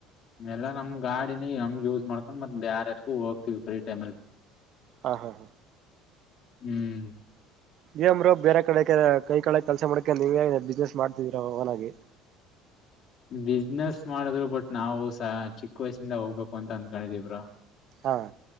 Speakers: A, on the left; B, on the right.
A: ಎಲ್ಲಾ ನಮ್ ಗಾಡಿನ ನಮ್ ಯೂಸ್ ಮಾಡ್ಕೊಂಡ್ ಮತ್ ಬ್ಯಾರ್ ಎಷ್ಟಗು ಹೋಗ್ತಿವಿ ಫ್ರೀ ಟೈಮ ಅಲ್ಲಿ
B: ಹಾ ಹಾ ಹಾ
A: ಹ್ಮ್
B: ಏನ್ ಬ್ರೋ ಬೇರೆ ಕಡೆ ಕೈ ಕಡೆ ಕೆಲಸ ಮಾಡಕ ನೀವೇ ಬಿಸ್ನೆಸ್ ಮಾಡ್ತಿದೀರ ಓನ್ನಾಗಿ
A: ಬಿಸ್ನೆಸ್ ಮಾಡಿದ್ರು ಬಟ್ ನಾವು ಸ ಚಿಕ್ಕ ವಯಸ್ಸಿಂದ ಹೋಗ್ಬೇಕು ಅಂತ ಅಂದಕೊಂಡಿದೀಿವಿ ಬ್ರೋ
B: ಹಾ